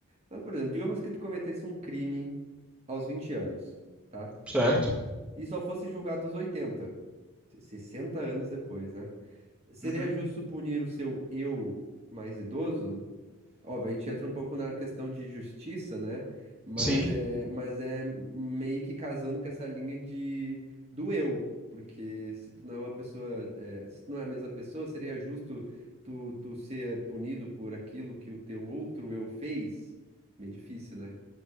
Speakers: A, on the right (about 30°); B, in the centre.
A: Mas, por exemplo, digamos que tu cometesse um crime aos 20 anos, tá?
B: certo?
A: E só fosse julgado aos 80 60 anos depois, né? Seria
B: Uhum.
A: justo punir o seu eu mais idoso? Óbvio, a gente entra um pouco na questão de justiça, né? Mas
B: Sim.
A: é, mas é meio que casando com essa linha de do eu, porque se tu não é uma pessoa, é, se tu não é a mesma pessoa, seria justo tu, tu ser punido por aquilo que o teu outro eu fez? Meio difícil, né